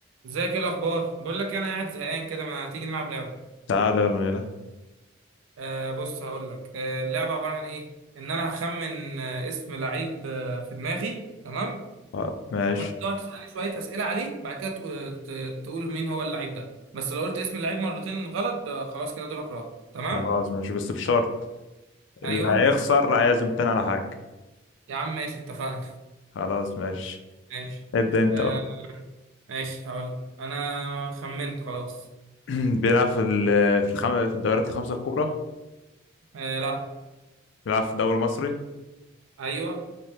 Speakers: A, on the right; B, on the left.
A: ازيك ايه الاخبار بقول لك انا قاعد زهقان كده ما تيجي نلعب لعبه
B: تعالى يلا نلعب
A: آه بص هقول لك آه اللعبه عباره عن ايه ان انا هخمن آه اسم لعيب آه في دماغي تمام
B: آه، ماشي
A: وانت تقعد تسالني شويه اسئله عليه بعد كده تق- ت- تقول مين هو اللعيب ده بس لو قلت اسم اللعيب مرتين غلط آه خلاص كده دورك راح تمام
B: خلاص ماشي بس بشرط اللي
A: ايوه
B: هيخسر هيعزم تاني على حاجة
A: يا عم ماشي اتفقنا
B: خلاص ماشي
A: <laughs> ماشي
B: ابدأ انت
A: آه
B: بقى
A: ماشي هقول لك. انا خمنت خلاص
B: <clears throat> بيلعب في ال- في الخم... في الدوريات الخمسة الكبرى
A: آه لا
B: بيلعب في دوري مصري
A: ايوه